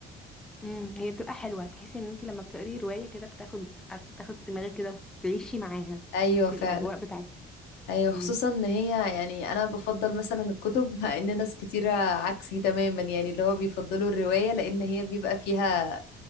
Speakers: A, in the centre; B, on the left (about 80°).
A: امم هي بتبقى حلوة تحسي ان انت لما بتقري رواية كده بتاخد عارفة تاخد دماغك كده وتعيشي معاها
B: ايوه
A: تعيشي
B: فعلا
A: الاجواء بتاعتها
B: ايوه
A: امم
B: خصوصا ان هي يعني انا بفضل مثلا الكتب <laughs> مع ان ناس كتيره عكسي تماما يعني اللي هو بيفضلوا الروايه لان هي بيبقى فيها